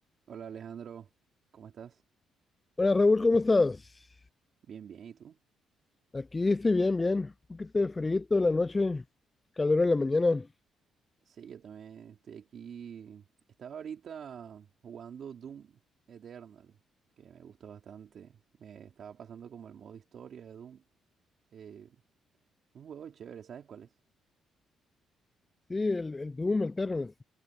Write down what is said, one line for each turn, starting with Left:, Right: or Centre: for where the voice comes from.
Right: Hola Alejandro, ¿cómo estás?
Left: Hola Raúl, ¿cómo estás?
Right: Bien, bien, ¿y tú?
Left: Aquí estoy bien, bien. Un poquito de frío en la noche, calor en la mañana.
Right: Sí, yo también estoy aquí. Estaba ahorita jugando Doom Eternal, que me gusta bastante. Me estaba pasando como el modo historia de Doom. Eh, un juego chévere, ¿sabes cuál es?
Left: Sí, el, el Doom, el Terrace.